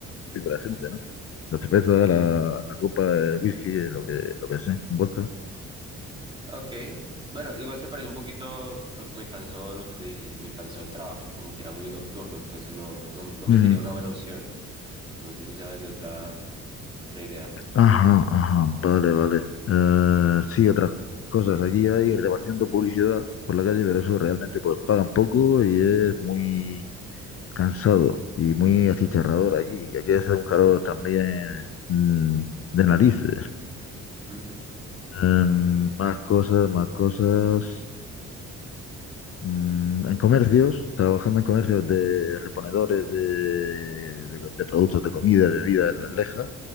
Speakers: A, on the left; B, on the right.
A: a la gente, ¿no? La cerveza, la, la copa, el whisky, lo que, lo que sea, un vodka.
B: Ok. Bueno, igual se parece un poquito lo que me cansó, lo que te dije, me cansó el trabajo, como que era muy nocturno, entonces no, no, no me
A: Ujú.
B: sería una buena opción. No sé si sabes de otra, otra idea.
A: Ajá, ajá, vale, vale. Eh, sí, otras cosas. Aquí hay repartiendo publicidad por la calle, pero eso realmente pues pagan poco y es muy cansado y muy achicharrador aquí. Aquí hace un calor también mm, de narices.
B: ¿Mm?
A: Em, más cosas, más cosas. Mm, en comercios, trabajando en comercios de reponedores de, de- de productos de comida, bebida en las lejas